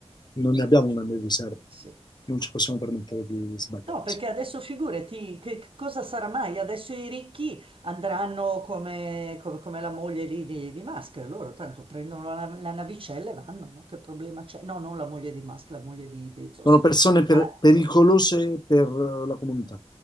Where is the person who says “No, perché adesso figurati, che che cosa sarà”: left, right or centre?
Right